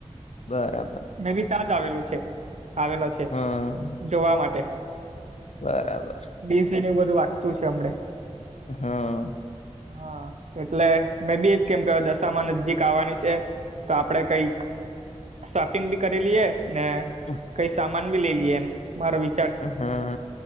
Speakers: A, on the left; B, on the right.
A: બરાબર.
B: મે બી ત્યાંજ આવેલું છે આવેલ છે
A: હા
B: જોવા માટે.
A: બરાબર.
B: ડીસી ન બધું વાગતું છે હમડે.
A: હા.
B: હા. એટલે મેં બી એ જ કેતો હતો દશામાં નજીક આવવાની છે, તો આપડે કંઈક શોપિંગ બી કરી લઈએ ને.
A: ઓ.
B: કઈ સામાન ભી લે લીએ મારા વિ.
A: હા,